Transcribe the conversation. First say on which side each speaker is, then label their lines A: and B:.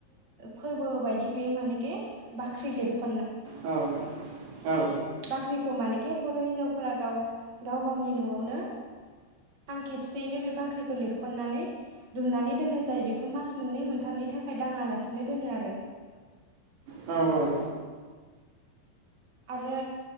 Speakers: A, on the right; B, on the right.
A: फोरबो बायदि बे मानेखे बाख्रि लिरख'
B: औ औ
A: बाख्रिखौ मानेखे बर' हिन्जावफोरा गाव गाव गावनि न'आवनो आं खेबसेयैनो बे बाख्रिखौ लिरख खननानै दुमनानै दोननाय जायो बेखौ मास मोननै मोनथामनि थाखाय दाङालासिनो दोनो आरो
B: औ औ
A: आरो